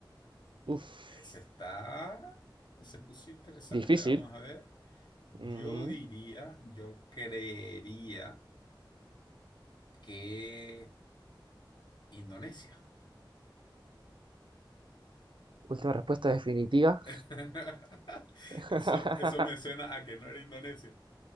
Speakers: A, on the right; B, on the left.
A: Uf,
B: ese está, se puso interesante,
A: difícil.
B: vamos a ver. Yo
A: Ujú.
B: diría, yo creería que Indonesia.
A: Última respuesta definitiva.
B: <laughs>
A: <laughs>
B: Eso, eso me suena a que no era Indonesia.